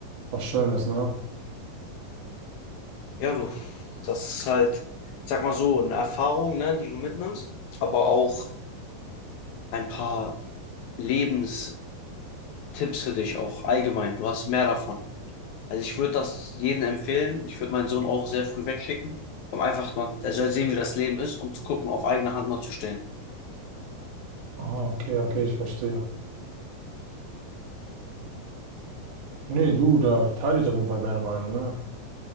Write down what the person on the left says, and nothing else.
Ja, du, das ist halt, sag mal so, eine Erfahrung, ne, die du mitnimmst, aber auch ein paar Lebenstipps für dich auch allgemein. Du hast mehr davon. Also ich würde das jedem empfehlen. Ich würde meinen Sohn auch sehr früh wegschicken, um einfach mal, er soll sehen, wie das Leben ist, um zu gucken, auf eigene Hand mal zu stehen.